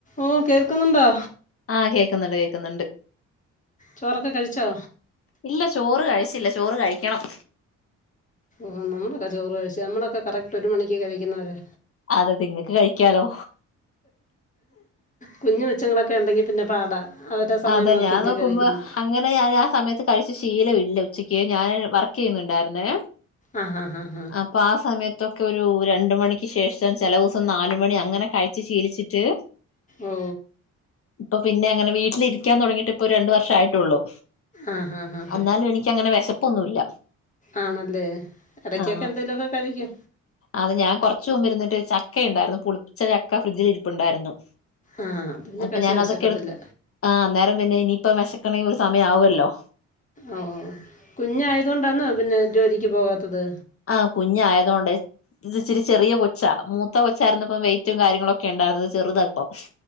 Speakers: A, on the left (about 25°); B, on the left (about 50°).
A: ഓ കേൾക്കുന്നുണ്ടോ
B: ആഹ് കേൾക്കുന്നുണ്ട് കേൾക്കുന്നുണ്ട്
A: ചോറൊക്കെ കഴിച്ചോ
B: ഇല്ല ചോറ് കഴിച്ചില്ല ചോറ് കഴിക്കണം
A: ആഹ് നമ്മളൊക്കെ ചോറ് കഴിച്ച് നമ്മളൊക്കെ കറക്റ്റ് ഒരു മണിക്ക് കഴിക്കുന്നവരാ
B: അതെ നിങ്ങൾക്ക് കഴിക്കാലോ
A: കുഞ്ഞുകൊച്ചുങ്ങളൊക്കെ ഉണ്ടെങ്കി പിന്നെ പാടാ അവരുടെ സമയം
B: അതെ
A: നോക്കിയല്ലെ
B: ഞാൻ നോക്കുമ്പോ
A: കഴിക്കാൻ പറ്റു
B: അങ്ങനെ ഞാൻ ആഹ് സമയത്ത് കഴിച്ച് ശീലം ഇല്ല ഉച്ചക്ക് ഞാന് വർക്ക് ചെയ്യുന്നുണ്ടായിരുന്നെ
A: ആഹ് ആഹ് ആഹ്
B: അപ്പൊ ആഹ് സമയത്തൊക്കെ ഒരു രണ്ടു മണിക്ക് ശേഷം ചില ദിവസം നാലു മണി അങ്ങനെ കഴിച്ചു ശീലി ച്ചിട്ട്
A: ഓ
B: ഇപ്പൊ പിന്നെ അങ്ങനെ വീ ട്ടില് ഇരിക്കാൻ തുടങ്ങയിട്ട് ഇപ്പോ രണ്ട് വർഷം ആയിട്ടുള്ളൂ
A: ആഹ് ആഹ് ആഹ്
B: അന്നാലും എനിക്കങ്ങനെ വിശപ്പൊന്നുമില്ല
A: ആണല്ലേ ഇടക്കൊക്കെ
B: ആഹ്
A: എന്തേലുമൊക്കെ കഴിക്ക്
B: അത് ഞാൻ കുറച്ചു മുമ്പ് ഇരുന്നിട്ട് ചക്ക ഉണ്ടായിരുന്നു പുളിപ്പിച്ച ചക്ക ഫ്രിഡ്ജിൽ ഇരിപ്പുണ്ടായിരുന്നു
A: ആഹ് അത് പിന്നെ
B: അപ്പൊ
A: കഴിച്ചാ
B: ഞാൻ
A: വിശക്കത്തില്ല
B: അതൊക്കെ എടു ആഹ് അന്നേരം പിന്നെ ഇനിയിപ്പോ വിശക്കണെങ്കിൽ ഒരു സമയം ആകുവല്ലോ
A: ഓ ഓ കുഞ്ഞ് ആയതുകൊണ്ടാന്നോ പിന്നെ ജോലിക്ക് പോകാത്തത്
B: ആഹ് കുഞ്ഞ് ആയത് കൊണ്ടാ ഇത് ഇച്ചിരി ചെറിയ കൊച്ചാ മൂത്ത കൊച്ച് ആയിരുന്നപ്പം വെയിറ്റ് മറ്റും കാര്യങ്ങളും ഒക്കെ ഉണ്ടായിരുന്നത് അത് ചെറുതാ ഇപ്പം